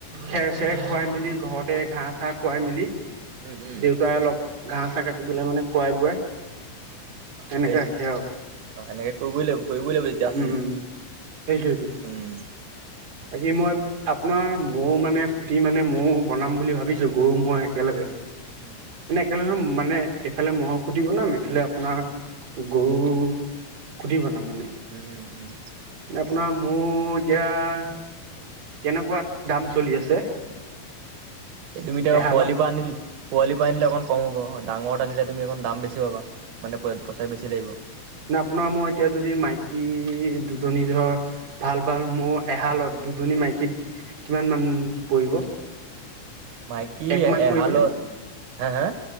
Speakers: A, on the right; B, on the right.
A: খেৰ চেৰ খুৱাই মেলি ঘৰতে ঘাঁহ চাহ খুৱাই মেলি
B: উম উম
A: দেউতাই অলপ ঘাঁহ চাহ কাটি পেলাই মানে খোৱাই বোৱাই
B: অঁ
A: সেনেকে
B: সেইটোয়ে
A: ৰাখে আৰু
B: অ সেনেকে কৰিবই লাগিব, কৰিব লাগিব এতিয়া আছে
A: উম
B: যেতিয়া,
A: উম সেইটোৱেইটো
B: উম-
A: বাকী মই আপোনাৰ মৌ মানে খুটি মানে মৌ বনাম বুলি ভাবিছো গৰু মই একেলগে।
B: উম।
A: মানে মানে এইফালে মহ'ৰ সুধি বনাম এইফালে আপোনাৰ গৰু খুটি বনাম।
B: উম উম উম।
A: আপুনাৰ মোৰ এতিয়া কেনেকুৱা দাম চলি আছে?
B: তুমি এতিয়া
A: এহালত
B: পোৱালিৰ পৰা আনিল পোৱালি পৰা আনিলে অকন কম হ'ব ডাঙৰত আনিলে তুমি অকণ দাম বেছি পাবা মানে পইচা বেছি লাগিব।
A: না আপোনাৰ মই এতিয়া যদি মাইকী দুজনী ধৰ ভাল ভাল মোৰ এহালত দুজনী মাইকীত কিমান মান পৰিব?
B: মাইকী
A: এক মান
B: এহালত
A: পৰিবনে
B: হা হা